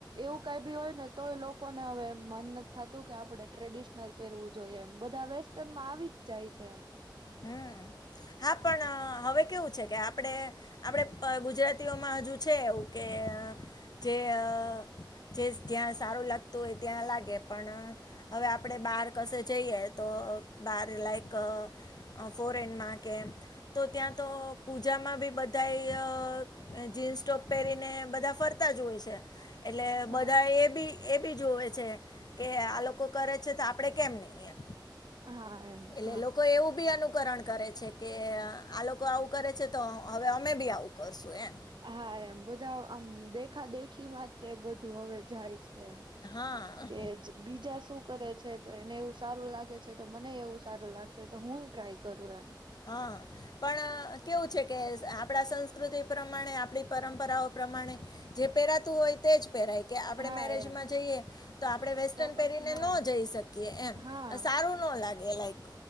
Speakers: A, on the right; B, on the left.
A: એવું કાઈ ભી હોય ને તોય લોકોને હવે એમ મન નત થાતું કે આપણે ટ્રેડિશનલ પહેરવું જોઈએ એમ. બધા વેસ્ટર્નમાં આવી જ જાય છે એમ.
B: હમ્મ. હા પણ અહ હવે કેવું છે કે આપડે-આપડે ગુજરાતીઓમાં હજુ છે એવું કે કે અહ જે અહ જે જ્યાં સારું લાગતું હોય ત્યાં લાગે, પણ હવે આપડે બહાર કશે જઈએ તો બારે લાઈક અહ અહ ફોરેનમાં કે એમ, તો ત્યાં તો પૂજા માં બી બધાય અહ જીન્સ ટોપ પહેરીને બધા ફરતા જ હોય છે. એટલે
A: હા,
B: બધા એ બી એ બી જોવે છે કે આ લોકો કરે છે તો આપડે કેમ નહી એમ.
A: હા એમ
B: એટલે
A: હા.
B: લોકો એવું બી અનુ અકરણ કરે છે કે અહ આ લોકો આવું કરે છે તો હ હવે અમે બી આવું કરશું એમ.
A: હા એમ બધા આમ દેખા દેખી મા તે બધું હવે જાય. છે એમ.
B: હા
A: કે જ બીજા શું કરે છે તો એને એવું સારું લાગે છે. તો મને એવું સારું લાગશે તો હું ટ્રાય કરું એમ.
B: હા પણ કેવું છે કે આપણા સંસ્કૃતિ પ્રમાણે આપણી પરંપરાઓ. પ્રમાણે જે પહેરાતું હોય તે જ પહેરાય. કે આપણે
A: હા
B: મેરેજમાં
A: એમ
B: જઈએ તો આપણે વેસ્ટર્ન
A: તો પછી
B: પહેરીને
A: હા
B: ન જઈ શકીએ એમ
A: હા
B: સારું. લાગે લાઇક.